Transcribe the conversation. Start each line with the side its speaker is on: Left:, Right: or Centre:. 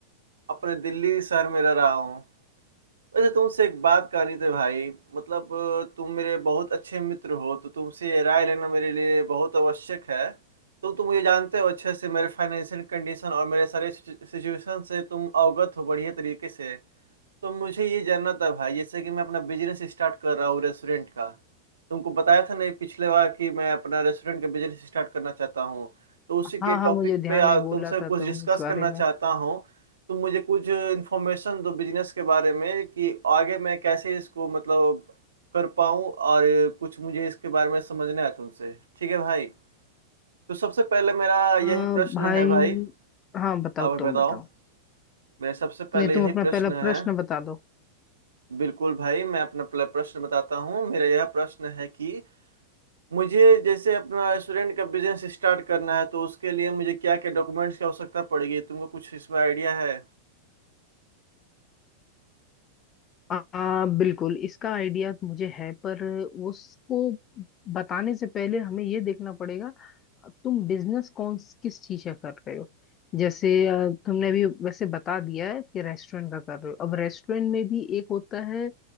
Right: अपने दिल्ली शहर में रह रहा हूँ वैसे तुमसे एक बात करनी थी भाई मतलब अ, तुम मेरे बहुत अच्छे मित्र हो तो तुमसे ये राय लेना मेरे लिए बहुत आवश्यक है तो तुम मुझे जानते हो अच्छे से मेरे फाइनेंशियल कंडीशन और मेरे सारे सिचुएशन से तुम अवगत हो बढ़िया तरीके से तो मुझे ये जानना था भाई जैसे कि मैं अपना बिजनेस स्टार्ट कर रहा हूँ रेस्टोरेंट का तुमको बताया था नहीं पिछले बार कि मैं अपना रेस्टोरेंट का बिजनेस स्टार्ट करना चाहता हूँ तो उसी के
Left: हाँ हाँ
Right: टॉपिक
Left: मुझे ध्यान
Right: पे आ,
Left: है
Right: तुमसे
Left: बोला
Right: कुछ
Left: था तुम
Right: डिस्कस
Left: इस बारे
Right: करना चाहता
Left: में
Right: हूँ तो मुझे कुछ इन्फॉर्मेशन दो बिजनेस के बारे में कि आगे मैं कैसे इसको मतलब कर पाऊँ और कुछ मुझे इसके बारे में समझना है तुमसे ठीक है भाई तो सबसे पहले मेरा यही
Left: आ,
Right: प्रश्न
Left: भाई
Right: है भाई
Left: हाँ बताओ
Right: हाँ भाई
Left: तुम
Right: बताओ
Left: बताओ
Right: मेरा सबसे पहले
Left: नहीं तुम
Right: यही
Left: अपना
Right: प्रश्न
Left: पहला प्रश्न
Right: है
Left: बता दो
Right: बिल्कुल भाई मैं अपना प्ल- प्रश्न बताता हूँ मेरा यह प्रश्न है कि मुझे जैसे अपना रेस्टोरेंट का बिजनेस स्टार्ट करना है तो उसके लिए मुझे क्या क्या डॉक्यूमेंट्स की आवश्यकता पड़ेगी तुमको कुछ इसमें आइडिया है
Left: आ, बिल्कुल इसका आइडिया मुझे है पर उसको बताने से पहले हमें ये देखना पड़ेगा तुम बिजनेस कौन किस चीज का कर रहे हो जैसे आ, तुमने अभी वैसे बता दिया है कि रेस्टोरेंट का कर रहे हो अब रेस्टोरेंट में भी एक होता है